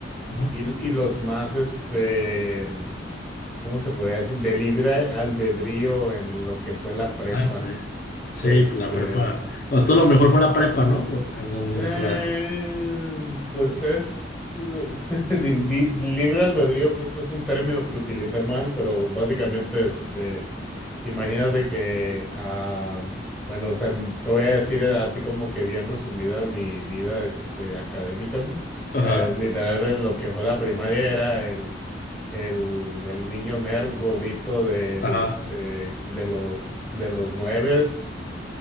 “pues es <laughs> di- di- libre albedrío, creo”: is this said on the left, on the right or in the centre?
Centre